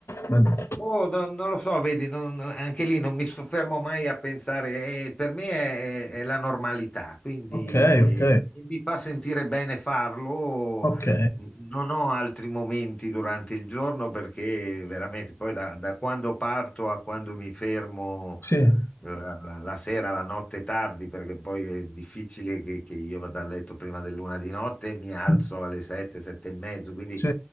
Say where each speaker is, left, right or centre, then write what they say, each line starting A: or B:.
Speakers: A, on the left; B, on the left.
A: bello.
B: Boh, no- non lo so, vedi, non- anche lì non mi soffermo mai a pensare, eh, per me è, è la normalità, quindi
A: Ok, ok.
B: eh, mi fa sentire bene farlo.
A: Ok.
B: Non ho altri momenti durante il giorno perché veramente poi da, da quando parto a quando mi fermo
A: Sì.
B: eh, la, la- la sera, la notte tardi, perché poi è difficile che, che io vada a letto prima dell'una di notte e mi alzo
A: Mm.
B: alle sette, sette e mezzo, quindi
A: Sì,